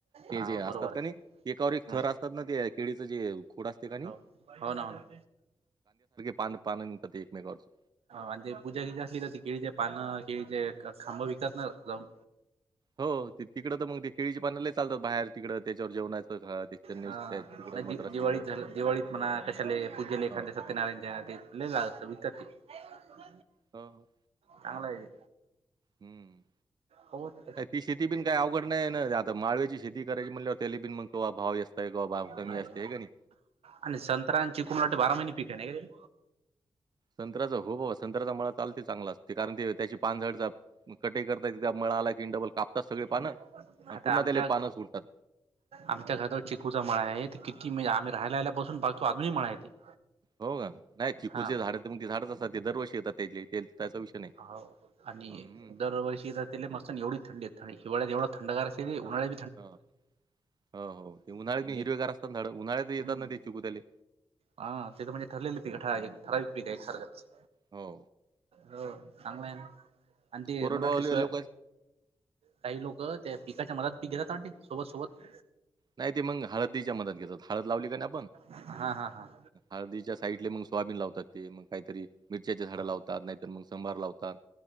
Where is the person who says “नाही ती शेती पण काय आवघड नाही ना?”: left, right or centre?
Right